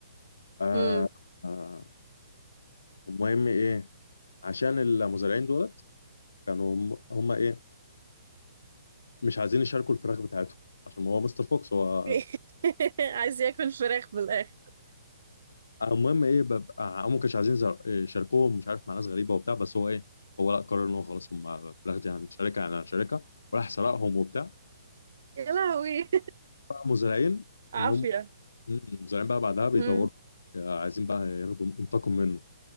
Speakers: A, on the left (about 85°); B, on the right (about 65°).
A: آه
B: امم
A: آه المهم إيه عشان المزارعين دولت كانوا هم هم إيه مش عايزين يشاركوا الفراخ بتاعتهم عشان هو مستر فوكس هو
B: <laughs> عايز ياكل فراخ بالاخر
A: المهم ايه ببقى هم ما كانوش عايزين يزر- يشاركوهم مش عارف مع ناس غريبه وبتاع بس هو ايه هو لا قرر ان هو خلاص هم في الاخر دي هنشاركها يعني هنشاركها وراح سرقهم وبتاع
B: يا لهوي
A: بقى مزارعين
B: <laughs> عافيه
A: ان هم مم، مزارعين بقى بعدها بيدوروا
B: امم
A: آه، عايزين بقى ياخدوا ينتقموا منه